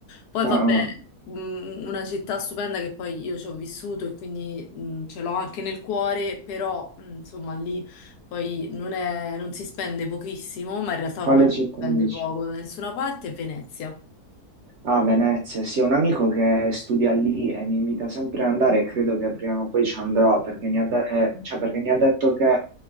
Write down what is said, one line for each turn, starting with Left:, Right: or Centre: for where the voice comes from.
Left: Poi
Right: Ah,
Left: vabbè
Right: ah.
Left: mm, una città stupenda che poi io ci ho vissuto e quindi mm, ce l'ho anche nel cuore, però mm, insomma lì poi non è- non si spende pochissimo, ma in realtà
Right: Quale
Left: ormai non
Right: città
Left: si spende
Right: dici?
Left: poco da nessuna parte, è Venezia.
Right: Ah, Venezia, sì, ho un amico che studia lì e mi invita sempre ad andare e credo che prima o poi ci andrò perché mi ha, de- eh, cioè, perché mi ha detto che,